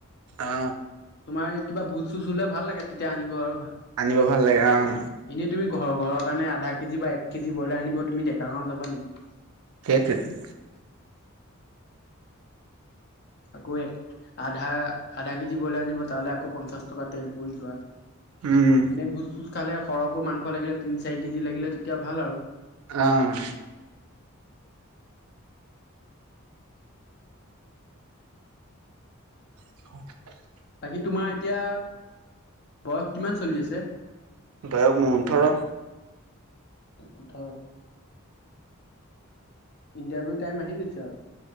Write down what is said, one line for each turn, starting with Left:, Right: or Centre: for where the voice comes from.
Right: অ
Left: তোমাৰ কিবা ভোজ চোজ হলে ভাল লাগে তেতিয়া আনিব আৰু ভাল।
Right: আনিব ভাল লাগে অ'।
Left: এনেই তুমি ঘৰ ঘৰৰ কাৰনে আধা কেজ বা এক কেজি ব্ৰলাৰ আনিব তুমি ডেকাৰ গাওঁ যাবা নেকি?
Right: সেইটোৱেটো।
Left: আকৌ এক আধা-আধা কেজি ব্ৰইলাৰ আনিব তালৈ আকৌ পঞ্চাছ টকা তেল পৰি যোৱা।
Right: উম।
Left: মানে ভোজ-ভোজ খালে সৰহকো মাংস লাগিলে তিনি চাৰি কেজি লাগিলে তেতিয়া ভাল আৰু।
Right: অ'। <unintelligible>
Left: বাকী তোমাৰ এতিয়া বয়স কিমান চলি আছে?
Right: বয়স মোৰ ওঁঠৰ।
Left: ওঁঠৰ। ইণ্টাৰভিউ টাইম আহি গৈছে আৰু।